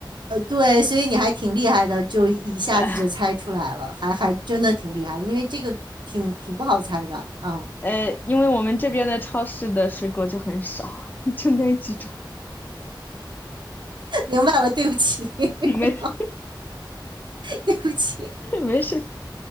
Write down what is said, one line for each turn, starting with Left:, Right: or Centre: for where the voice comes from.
Right: 呃，对，所以你还挺厉害的，就一下子就猜出来了，
Left: 呃
Right: 还还真的挺厉害的，因为这个挺挺不好猜的啊。
Left: 呃，因为我们这边的超市的水果就很少，<laughs> 就那几种，
Right: <laughs> 明白了，对不起，<laughs>
Left: <laughs> 没事
Right: 对不起。
Left: 没事，